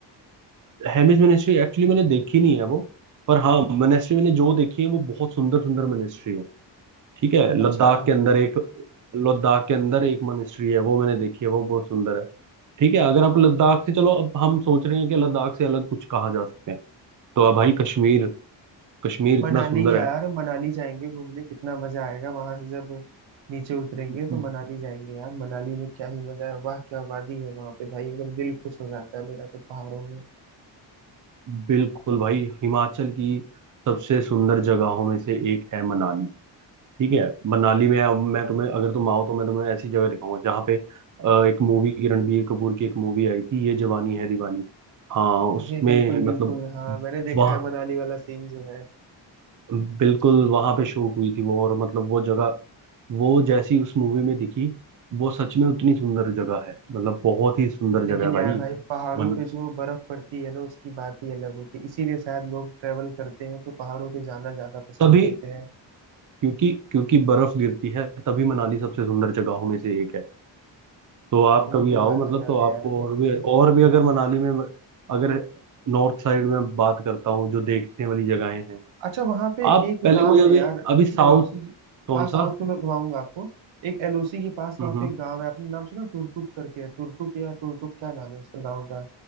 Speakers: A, on the right (about 45°); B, on the right (about 85°).
A: हेमिस मोनेस्ट्री एक्चुअली मैंने देखी नहीं है वो पर हाँ मोनेस्ट्री मैंने जो देखी है वो बहुत सुंदर सुंदर मोनेस्ट्री है ठीक है लद्दाख
B: अच्छा
A: के अंदर एक लद्दाख के अंदर एक मोनेस्ट्री है वो मैंने देखी है वो बहुत सुंदर है ठीक है अगर आप लद्दाख से चलो अब हम सोच रहे हैं कि लद्दाख से अलग कुछ कहा जा सकते हैं तो अब भाई कश्मीर कश्मीर इतना
B: मनाली
A: सुंदर
B: यार मनाली जाएंगे घूमने कितना मजा आएगा वहां से जब नीचे उतरेंगे
A: है
B: तो मनाली जाएंगे यार मनाली में क्या ही मजा है वाह क्या वादी है वहां पे भाई एकदम दिल खुश हो जाता है मेरा तो पहाड़ों में
A: बिल्कुल भाई हिमाचल की सबसे सुंदर जगहों में से एक है मनाली ठीक है मनाली में अब मैं तुम्हें अगर तुम आओ तो मैं तुम्हें ऐसी जगह दिखाऊंगा जहाँ पे अ, एक मूवी की रणबीर कपूर की एक मूवी आई थी ये जवानी है दीवानी हाँ उसमें
B: जी बिल्कुल बिल्कुल
A: मतलब
B: हाँ मैंने देखा
A: वहाँ
B: है मनाली वाला सीन जो है
A: बिल्कुल वहां पे शूट हुई थी वो और मतलब वो जगह वो जैसी उस मूवी में दिखी वो सच में उतनी सुंदर जगह है मतलब बहुत ही सुंदर
B: लेकिन
A: जगह है भाई
B: यार भाई पहाड़ों
A: मन
B: पे जो बर्फ पड़ती है ना उसकी बात ही अलग होती है इसीलिए शायद लोग ट्रेवल करते हैं तो पहाड़ों पे जाना ज्यादा पसंद
A: तभी
B: करते हैं
A: क्योंकि क्योंकि बर्फ गिरती है तभी मनाली सबसे सुंदर जगहों में से एक है तो आप
B: वो
A: कभी
B: तो
A: आओ
B: बात
A: मतलब
B: अलग
A: तो आपको
B: है यार
A: और भी और भी अगर मनाली में अगर नॉर्थ साइड में बात करता हूँ जो देखने वाली जगहें हैं
B: अच्छा वहां पे
A: आप
B: एक
A: पहले
B: गांव
A: मुझे अभी
B: है यार
A: अभी साउथ
B: एलओसी
A: कौन
B: हाँ
A: सा
B: साउथ में मैं घुमाऊंगा आपको एक एलओसी के पास
A: हम्म
B: वहां
A: हम्म
B: पे एक गांव है आपने नाम सुना टुरटुक करके है टुरटुक या टुरटुक क्या नाम है उसका गांव का